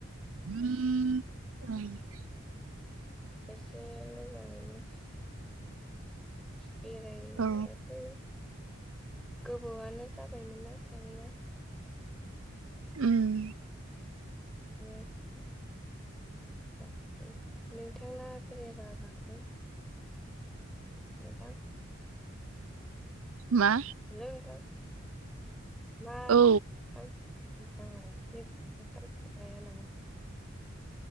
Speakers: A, on the right (about 80°); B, in the centre.
A: <unintelligible>
B: एसे मोजाङैनो बेरायनोसै।
A: औ
B: गोबावआनो जाबायमोन ना थाङैया।
A: उम।
B: मे <unintelligible> नोंथांना बे बागान लै नोंथां
A: मा
B: हेलौ नोंथां मा
A: औ
B: फालतु नोंथाङालाय <unintelligible> गाया नामा?